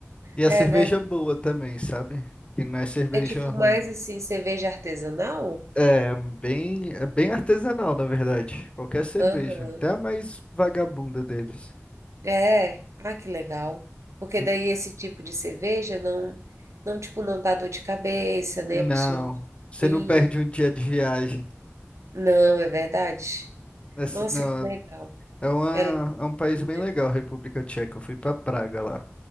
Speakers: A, on the left; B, on the right.
A: E a
B: É,
A: cerveja
B: vé-
A: boa também, sabe? Que não é cerveja
B: é tipo
A: ruim.
B: mais assim, cerveja artesanal?
A: É bem, é bem artesanal, na verdade. Qualquer cerveja,
B: Aham.
A: até a mais vagabunda deles.
B: É. Ah, que legal. Porque
A: N-
B: daí esse tipo de cerveja não, não, tipo, não dá dor de cabeça, né?
A: Não,
B: A pessoa não fica
A: você
B: ruim.
A: não perde um dia de viagem.
B: Não, é verdade.
A: Essa,
B: Nossa,
A: não,
B: que legal.
A: É, uma,
B: Ela É legal,
A: é um país
B: assim,
A: bem
B: né?
A: legal, a República Tcheca. Eu fui pra Praga lá.